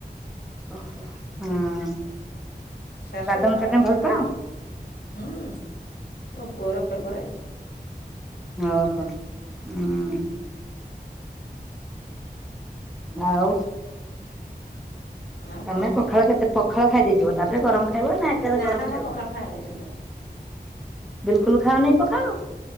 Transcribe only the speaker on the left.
ଶାଶୁଘର
ହୁଁ ମୋ ପୁଅର ଫେବରାଇଟ।
ଆଉ
କଣ
ନା ମୁଁ
ପଖାଳ ଖାଏନି ସୁଦ୍ଧା